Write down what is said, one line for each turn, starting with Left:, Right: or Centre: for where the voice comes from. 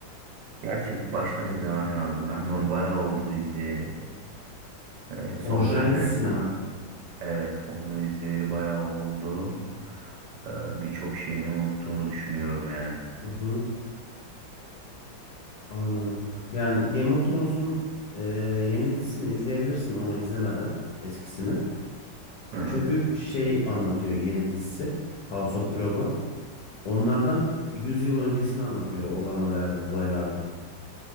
Right: gerçi baştan izlemem lazım. Ben de onu bayağı oldu izleyeli. Ee, son
Left: Orijinal
Right: bölümler
Left: dizisine mi?
Right: evet onu izleyeli bayağı oldu. Ee, birçok şeyini unuttuğumu düşünüyorum yani.
Left: Hı hı, anladım. Yani Game of Thrones'un e, yeni dizisini izleyebilirsin onu izlemeden eskisini.
Right: Hı hı.
Left: Çünkü şey anlatıyor yeni dizisi House of Dragon. Onlardan 100 yıl öncesini anlatıyor olan olayla- olaylardan.